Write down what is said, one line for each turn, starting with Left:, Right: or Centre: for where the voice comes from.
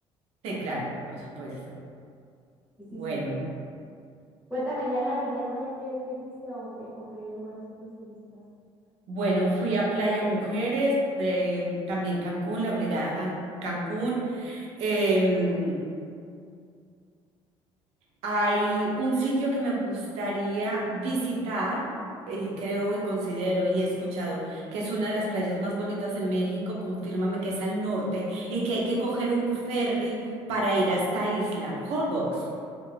Right: Sí, claro, por supuesto.
Centre: Sí,
Right: Bueno,
Centre: sí, sí. Cuéntame, ya en la Riviera Maya, ¿qué, qué viste o qué, o qué lugares fueron los que visitaste?
Right: bueno, fui a Playa Mujeres, eh, también Cancún, la obligada a Jan- Cancún. em, Hay un sitio que me gustaría visitar, y creo y considero y he escuchado que es una de las playas más bonitas de México, confírmame que es al norte y que hay que coger un ferry para ir a esta isla, Holbox.